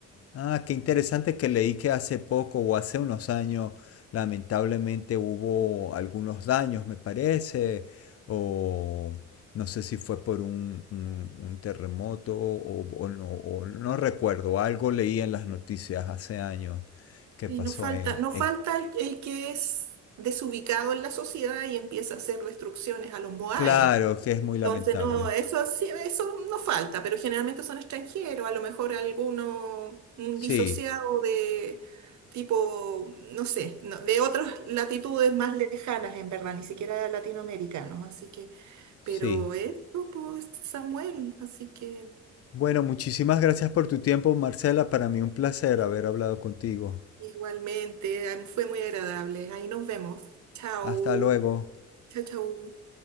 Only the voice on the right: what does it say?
Y
no falta,
no
falta el, el que es desubicado en la sociedad y empieza a hacer destrucciones a los Moai.
Entonces,
no, eso sí, eso no falta, pero generalmente son extranjeros, a lo mejor alguno, un
disociado de tipo, no sé, no, de otras latitudes más lejanas, en verdad, ni siquiera latinoamericanos, así que,
pero esto, pues, Samuel, así que
eh,
igualmente, fue muy agradable, ahí nos vemos, chao.
Chau, chau.